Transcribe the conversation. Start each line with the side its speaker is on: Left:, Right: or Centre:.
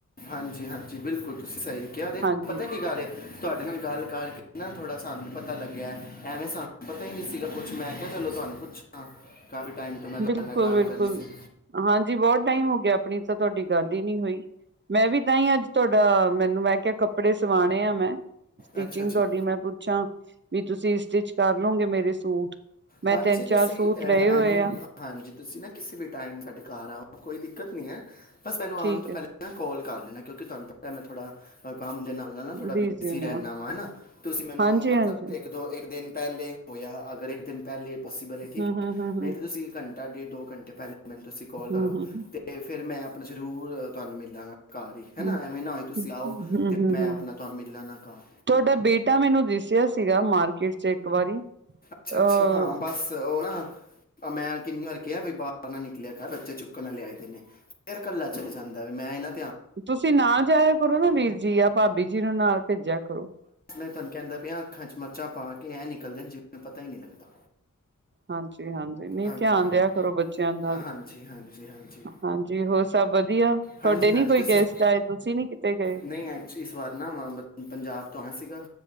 Left: ਹਾਂਜੀ ਹਾਂਜੀ ਬਿਲਕੁਲ ਤੁਸੀਂ ਸਹੀ ਕਿਹਾ ਦੇਖ
Right: ਹਾਂਜੀ
Left: ਪਤਾ ਕੀ ਗੱਲ। ਤੁਹਾਡੇ ਨਾਲ ਗੱਲ ਕਰਕੇ ਨਾ ਥੋੜਾ ਸਾਨੂੰ ਪਤਾ ਲੱਗਿਆ ਐਵੇਂ ਸਾਨੂੰ ਪਤਾ ਹੀ ਨਹੀਂੀ ਸੀਗਾ ਕੁੱਛ ਮੈਂ ਕਿਹਾ ਚਲੋ ਤੁਹਾਨੂੰ। ਪੁੱਛਾਂ ਕਾਫੀ ਟਾਈਮ ਤੋਂ ਮੈਂ ਤਾਡੇ
Right: ਬਿਲਕੁਲ
Left: ਗਾਲ
Right: ਬਿਲਕੁਲ
Left: ਕਰਨੀ ਸੀ।
Right: ਹਾਂਜੀ ਬਹੁਤ ਟਾਈਮ ਹੋ ਗਿਆ ਆਪਣੀ ਤਾਂ ਤੁਹਾਡੀ ਗੱਲ ਹੀ ਨਹੀਂ ਹੋਈ। ਮੈਂ ਵੀ ਤਾਂ ਹੀ ਅੱਜ ਤੁਹਾਡਾ ਮੈਨੂੰ ਮੈਂ ਕਿਹਾ ਕੱਪੜੇ ਸਵਾਣੇ ਆ ਮੈਂ। ਸਟਿਚਿੰਗ
Left: ਅੱਛਾ ਅੱਛਾ
Right: ਤੁਹਾਡੀ ਮੈਂ ਪੁੱਛਾਂ ਵੀ ਤੁਸੀਂ ਸਟਿਚ ਕਰ ਲਗੇ ਮੇਰੇ ਸੂਟ। ਮੈਂ
Left: ਹਾਂਜੀ
Right: ਤਿੰਨ
Left: ਤੁਸੀਂ
Right: ਚਾਰ ਸੂਟ
Left: ਅਹ,
Right: ਲਏ ਹੋਏ
Left: ਐਨੀ
Right: ਆ।
Left: ਹਾਂਜੀ ਤੁਸੀਂ ਨਾ ਕਿਸੇ ਵੀ ਟਾਈਮ ਸਾਡੇ ਘਰ ਆਓ ਕੋਈ ਦਿੱਕਤ ਨ ਹੈ ਬਸ ਮੈਨੂੰ
Right: ਠੀਕ
Left: ਆਉਣ ਤੋਂ
Right: ਹੈ
Left: ਪਹਿਲਾਂ। ਕਾਲ ਕਰ ਲੈਣਾ ਕਿਉਂਕਿ ਤੁਹਾਨੂੰ ਪਤਾ ਹੈ ਮ ਥੋੜਾ ਅ ਕੰਮ ਦੇ ਨਾਲ। ਨਾ ਥੋੜਾ
Right: ਬੀਜੀ
Left: ਬਿਜੀ
Right: ਨੇ
Left: ਰਹਿੰਦਾ ਵਾ ਹਨਾ ਤੁਸੀਂ ਮੈਨੂੰ
Right: ਹਾਂਜੀ
Left: ਮਤਲਬ
Right: ਹਾਂਜੀ
Left: ਇੱਕ ਦੋ ਇੱਕ ਦਿਨ ਪਹਿਲੇ। ਹੋਆ ਅਗਰ ਇੱਕ ਦਿਨ ਪਹਿਲੇ ਪੋਸੀਬਲ ਹੈ ਠੀਕ
Right: ਹਮ ਹਮ
Left: ਹੈ
Right: ਹਮ ਹਮ
Left: ਨਹੀਂ ਤਾਂ ਤੁਸੀਂ ਘੰਟਾ ਡੇਢ ਦੋ ਘੰਟੇ ਪਹਿਲੇ। ਮੈਨੂੰ ਤੁਸੀਂ ਕੋਲ
Right: ਹਮ
Left: ਕਰੋ,
Right: ਹਮ
Left: ਤੇ ਫਿਰ ਮੈਂ ਆਪ ਜ਼ਰੂਰ, ਤਾਣੁ ਮਿਲਾਂਗਾ। ਕਾਰ ਈ,
Right: ਹਮ
Left: ਹੈਣਾ ਐਵੇਂ ਨਾ ਹੋਏ ਤੁਸੀਂ
Right: ਹਮ
Left: ਆਓ, ਤੇ
Right: ਹਮ
Left: ਮੈਂ
Right: ਹਮ
Left: ਆਪਣਾ ਤਾਣੁ ਮਿਲਾਂ ਨਾ ਕਾਰ।
Right: ਤੁਹਾਡਾ ਬੇਟਾ ਮੈਨੂੰ ਦਿਸਿਆ ਸੀਗਾ ਮਾਰਕੀਟ ਚ ਇੱਕ ਵਾਰੀ।
Left: ਅੱਛਾ-ਅੱਛਾ
Right: ਅਹ
Left: ਹਾਂ ਬਸ ਓ ਨਾ। ਅ, ਮੈਂ ਕਿੰਨੀ ਵਾਰ ਕਿਹਾ ਬਈ ਬਾਰ ਨਾ ਨਿਕਲਿਆ ਕਰ ਬੱਚੇ ਚੁੱਕਣ ਨਾ ਲਿਆਂ ਏਦੇ ਨੇ। ਫਿਰ ਕੱਲ੍ਹਾ ਚੱਲ ਜਾਂਦਾ ਵੈ ਮੈਂ ਇੰਨਾ।
Right: ਤੁਸੀਂ ਨਾ ਜਾਇਆ ਕਰੋ ਨਾ ਵੀਰ ਜੀ ਆ ਭਾਬੀ ਜੀ ਨੂੰ ਨਾਲ ਭੇਜਿਆ ਕਰੋ।
Left: ਮੈਂ ਤਾਣੁ ਕਹਿੰਦਾ ਪਿਆ ਅੱਖਾਂ ਚ ਮਰਚਾਂ ਪਾ ਕੇ ਐਂ ਨਿਕਲਦੇਣ ਜਿਵੇਂ ਪਤਾ ਈ ਨਈ ਲੱਗਦਾ।
Right: ਹਾਂਜੀ-ਹਾਂਜੀ ਨਈ
Left: ਹਾਂਜੀ
Right: ਧਿਆਨ
Left: ਹਾਂਜੀ
Right: ਦਿਆ ਕਰੋ ਬੱਚਿਆਂ ਦਾ।
Left: ਹਾਂਜੀ ਹਾਂਜੀ ਹਾਂਜੀ
Right: ਹਾਂਜੀ ਹੋਰ ਸਭ ਵਧੀਆ? ਤੁਹਾਡੇ
Left: ਹਾਂਜੀ ਹਾਂਜੀ
Right: ਨੀ ਕੋਈ
Left: ਤੁਸੀਂ
Right: ਗੈਸਟ ਆਏ ਤੁਸੀਂ ਨੀ ਕਿਤੇ ਗਏ?
Left: ਨਹੀਂ ਐਕਚ ਇਸ ਵਾਰ ਨਾ ਮੈਂ ਅੰਮ੍ਰਿਤ ਪੰਜਾਬ ਤੋਂ ਆਣਾ ਸੀਗਾ